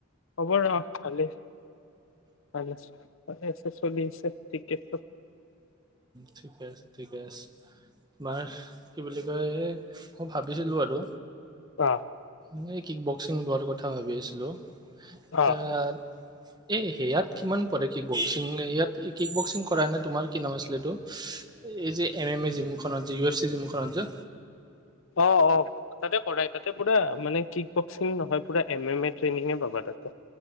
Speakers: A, on the left; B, on the right.
A: হব ৰ ভালেই ভাল। চাল আছে চলি আছে ঠিক আছে।
B: ঠিকে আছে ঠিকে আছে তোমাৰ কি বুলি কয় এই মই ভাবিছিলোঁ আৰু।
A: অ।
B: ন কি বকসিং লোৱাৰ কথা। কথা ভাবি আছিলো তাত
A: অ
B: এ, সেয়াত কিমান পৰে, কিক বক্সিং ইয়াত, কিক বক্সিং কৰা নে তোমাৰ কি নাম আছিলে। এই যে, এম এম এ জিমখনত যে, ইউ এছ চি জিমখনত যে।
A: অ' অ' তাতে কৰাই, তাতে পুৰা মানে কিক বক্সিং নহয়, পোৰা এম এম এ ট্ৰেইনিঙে পাবা তাতে।